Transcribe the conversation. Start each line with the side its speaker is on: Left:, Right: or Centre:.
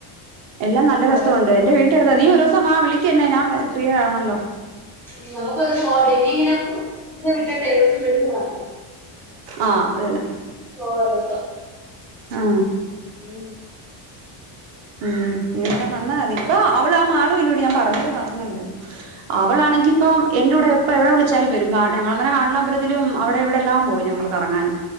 Right: എല്ലാം നല്ല
Centre: ഒരു
Right: രസോണ്ട്
Centre: ദിവസം
Right: എന്റെ വീട്ടി നീ ഒരു ദിവസം ആ വിളിക്ക് യന്നെ ഞാൻ ഫ്രീ ആണല്ലോ
Centre: ഉം നമുക്കൊരോസം നീ ഇങ്ങനെ ഇങ്ങനെ വിട്ടട്ടെ ഒരോസം വിളിക്കണ
Right: ആ അതന്നെ
Centre: പോവാഓരോസം
Right: ആ
Centre: ഉം
Right: ഉം നീ എന്തായാലും വന്നാ മതി ഇപ്പൊ അവൾ ആ മാളൂലൂടെ ഞാൻ പറഞ്ഞത് പറഞ്ഞല്ലല്ലോ അവളാണെങ്കി ഇപ്പ എന്റുടെ ഇപ്പ എവിടെ വിളിച്ചാലും വരും ഞങ്ങങ്ങെ കാട്ടലമ്പലത്തിലും അവിടെ എവിടെ എല്ലാം പോയി ഞങ്ങള് കറങ്ങാാന്